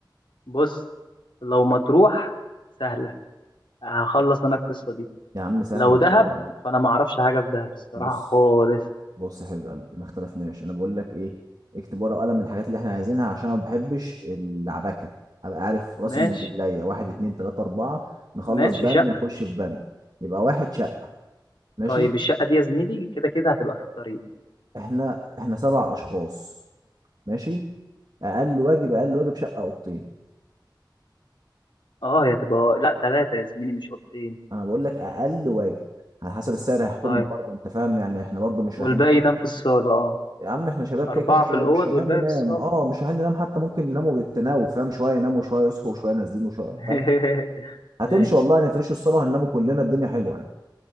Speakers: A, on the left; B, on the right.
A: بص لو مطروح سهلة هخلص أنا القصة دي
B: يا عم سهله
A: لو
B: وكل
A: دهب
B: حاجه
A: فانا ما اعرفش حاجه في دهب الصراحه
B: بص
A: خالص
B: بص يا حبيب قلبي ما اختلفناش انا بقول لك ايه اكتب ورقه وقلم الحاجات اللي احنا عايزينها عشان أنا ما بحبش العباكه هبقى عارف راسي
A: ماشي
B: من رجليا واحد اتنين تلاته اربعه نخلص
A: ماشي
B: بند
A: شقه
B: نخش في بند يبقى واحد شقه ماشي
A: طيب الشقه دي يا زميلي كده كده هتبقى في الطريق
B: احنا احنا سبع اشخاص ماشي اقل واجب اقل واجب شقه اوضتين
A: اه هي هتبقى آه، لا ثلاثه يا زميلي مش اوضتين
B: انا بقول لك اقل واجب على حسب السعر هيحكمنا
A: طيب
B: برضه انت فاهم يعني احنا برضه مش
A: والباقي
B: رايحين
A: ينام في الصاله اه
B: يا عم احنا شباب
A: اربعه
B: كده كده مش
A: في
B: رايح-
A: الاوض
B: مش رايحين
A: والباقي
B: ننام
A: في الصاله
B: اه مش رايحين ننام حتى ممكن نناموا بالتناوب فاهم شويه يناموا شويه يصحوا شويه نازلين وشويه
A: <laughs>
B: فاهم هتمشي
A: ماشي
B: والله هنفرشوا الصاله هنناموا كلنا الدنيا حلوه يعني